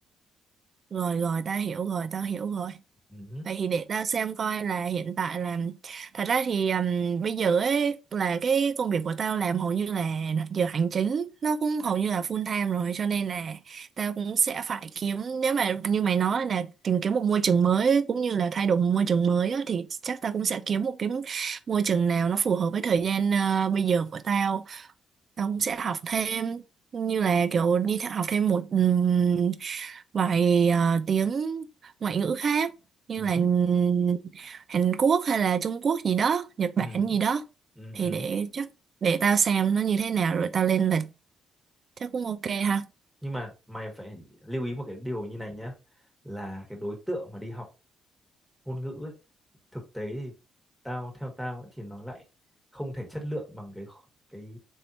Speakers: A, on the right (about 50°); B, in the centre.
A: rồi rồi ta hiểu rồi ta hiểu rồi
B: ừ.
A: Vậy thì để tao xem coi là hiện tại là thật ra thì ừm, bây giờ ấy là cái công việc của tao làm hầu như là giờ hành chính nó cũng hầu như là full time rồi cho nên là tao cũng sẽ phải kiếm nếu mà như mày nói là tìm kiếm một môi trường mới cũng như là thay đổi một môi trường mới á, thì chắc tao cũng sẽ kiếm một cái môi trường nào nó phù hợp với thời gian ờ, bây giờ của tao ông sẽ học thêm như là kiểu đi theo học thêm một ừm, vài ờ, tiếng ngoại ngữ khác như
B: Ừ,
A: là ừm,
B: hứ,
A: Hàn Quốc hay là Trung Quốc gì đó, Nhật
B: ừ,
A: Bản gì đó
B: ừ,
A: thì
B: ừ.
A: để chắc để tao xem nó như thế nào rồi tao lên lịch chắc cũng ok ha.
B: Nhưng mà mày phải lưu ý một cái điều như này nhá là cái đối tượng mà đi học ngôn ngữ ấy, thực tế thì tao theo tao ấy, thì nó lại không thể chất lượng bằng cái cái